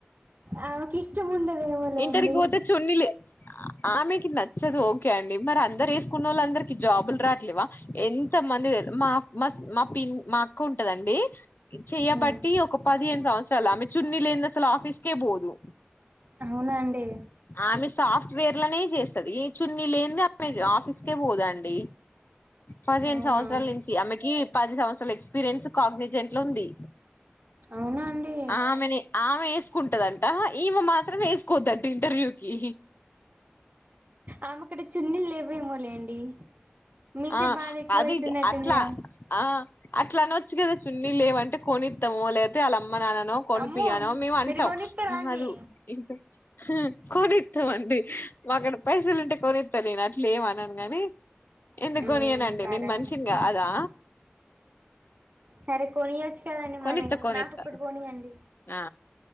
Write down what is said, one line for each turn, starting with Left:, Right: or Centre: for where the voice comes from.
Right: ఆమెకు ఇష్టం ఉండదేమో లేండి
Left: ఇంటర్కి పోతే చున్నీలే ఆమెకి నచ్చదు ఓకే అండి మరి అందరు వేసుకున్న వాళ్ళు అందరికి జాబులు రావట్లేవా ఎంత మంది మా మా మా పిన్ని మా అక్క ఉంటదండి చెయబట్టి
Right: ఉమ్.
Left: ఒక పదిహేను సంవత్సరాలు ఆమె చున్నీ లేనిదే అసలు ఆఫీస్కే పోదు
Right: అవునాండి
Left: ఆమె సాఫ్ట్వేర్ లనే చేస్తది చున్ని లేనిదే ఆమె అసలు ఆఫీస్కే పోదాండి పదిహేను
Right: అవునా
Left: సంవత్సరాల నుంచి ఆమెకి పది సంవత్సరాల ఎక్స్పీరియన్స్ కాగ్నిజెంట్ లో ఉంది
Right: అవునా అండి
Left: ఆమె ఆమె వేసుకుంటదంట ఈమె మాత్రం వేసుకోవద్దంట ఇంటర్వ్యూ కి
Right: ఆమెక్కడ చున్నీలు లేవేమో లేండి మీకే
Left: ఆ
Right: బాధ ఎక్కువ
Left: అది
Right: అయితున్నట్టుందిగా
Left: అట్లా ఆ అట్లా అనో చ్చు గా చున్నీలు లేవంటే కొనిద్దాము లేకాపోతే అల్ల అమ్మ మననో కొనీపియ్యానో
Right: అమ్మో
Left: మేము
Right: మీరు
Left: అంటాం
Right: కొనిత్తరా అండి
Left: కాదు ఇంకా కొనిస్తామండి. మా అక్కడ పైసలు ఉంటే కొనిస్తా నేను అట్లే ఏమన్నాను గాని ఎందుకు
Right: ఉమ్
Left: కోనియనండి
Right: సరే
Left: నేను మనిషినీ
Right: అండి
Left: కాదా
Right: సరే కొనియచ్చు కదండి.
Left: కొనిత్తా
Right: మరి
Left: కొనిత్తా
Right: నాకు ఒక్కటి కొనీయండి
Left: ఆ